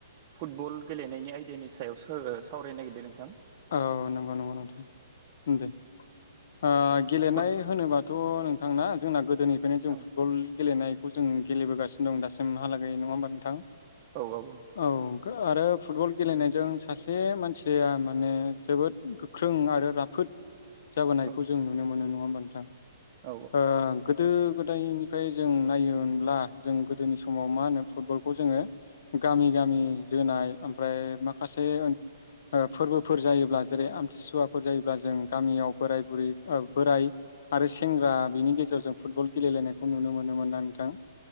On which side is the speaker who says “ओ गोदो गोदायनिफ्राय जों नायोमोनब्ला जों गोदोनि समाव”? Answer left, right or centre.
Left